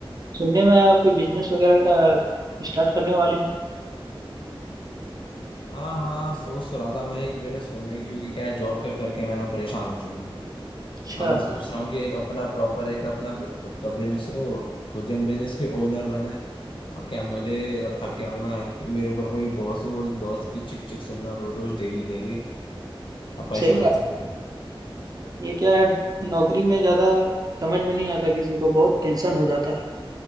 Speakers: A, on the right; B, on the left.
A: सुनने में आया आपको बिजनेस वगैरह का स्टार्ट करने वाले हैं
B: हाँ हाँ सोच तो रहा था मैं एक बिजनेस खोलने की क्योंकि क्या है जॉब कर करके मैं ना परेशान हो चुका हूँ
A: अच्छा
B: अब मैं सोच रहा हूँ कि एक अपना प्रॉपर एक अपना बि- खुद का बिजनेस हो खुद ही हम बिजनेस के ओनर बने अब क्या है, मुझे अब थक गया हूँ मैं कि मेरे ऊपर कोई बॉस हो बॉस की चिक चिक सुनना रोज रोज डेली डेली अब परेशान
A: सही बात
B: हो गया हूँ
A: है। ये क्या है नौकरी में ज़्यादा समझ में नहीं आता किसी को बहुत टेंशन हो जाता है